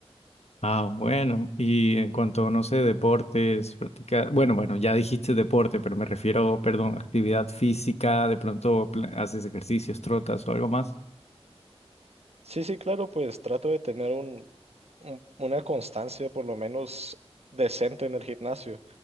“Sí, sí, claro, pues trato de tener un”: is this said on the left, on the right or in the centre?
Right